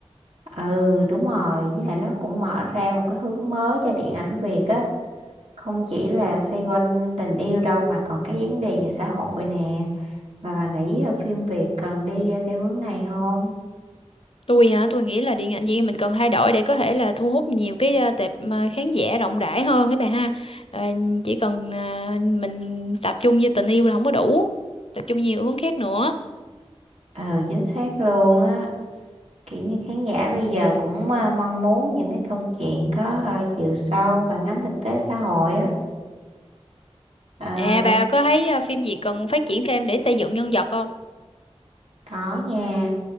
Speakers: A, on the right; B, on the left.
A: ừ đúng rồi với lại nó cũng mở ra một cái hướng mới cho điện ảnh Việt á không chỉ là xoay quanh tình yêu đâu mà còn cái vấn đề về xã hội nè mà bà nghĩ à, phim Việt cần đi à, theo hướng này không
B: Tôi hả? Tôi nghĩ là điện ảnh Việt Nam mình cần thay đổi để có thể là thu hút nhiều cái ờ, tệp ờ, khán giả rộng rãi hơn các bà ha. Ờ, chỉ cần ờ, mình tập trung vô tình yêu là không có đủ, tập trung nhiều hướng khác nữa.
A: ừ chính xác luôn á kiểu như khán giả bây giờ cũng à, mong muốn những cái câu chuyện có à, chiều sâu phản ánh thực tế xã hội á à,
B: À bà có thấy ờ, phim gì cần phát triển thêm để xây dựng nhân vật không?
A: đó nha